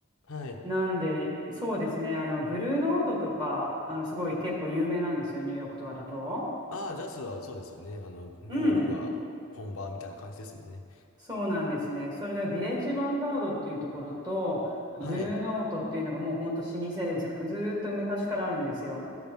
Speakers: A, on the left; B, on the right.
A: はい。
B: なんで、そうですね、あの、ブルーノートとか、あの、すごい結構有名なんですよ、ニューヨークとかだと。
A: ああ、ジャズはそうですよね。あの、ニューヨークが本場みたいな感じですもんね。
B: うん、そうなんですね。それで、ビレッジヴァンガードっていうところと、ブルーノートっていうのがもうほんと老舗でず、
A: はい。
B: ずーっと昔からあるんですよ。